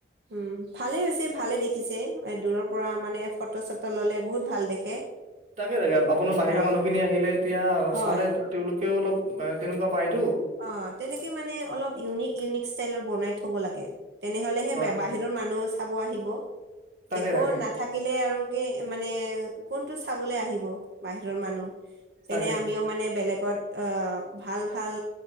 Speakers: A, on the right (about 70°); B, on the right (about 40°).
A: উম ভালে হৈছে ভালে দেখিছে দূৰৰ প পৰা মানে ফটো চটো ল'লে বহুত ভাল দেখে
B: তাকে তাকে আপোনাৰ বাহিৰৰ
A: অ
B: মানুহখিনি আহিলে এতিয়া
A: হয়
B: চালে তেওঁলোকেও অলপ তেনেকুৱা পায়তো
A: অ তেনেকে মানে অলপ ইউনিক ইউনিক ষ্টাইলৰ বনাই থব লাগে তেনেহলেহে
B: হয়
A: বাহিৰৰ মানুহ চাব আহিব
B: তাকে
A: একো
B: তাকে
A: নাথাকিলে আৰু কি মানে এ কোনটো চাবলে আহিব বাহিৰৰ মানুহ? যেনে
B: তাকে
A: আমিও মানে বেলেগ গ'ত অ ভাল ভাল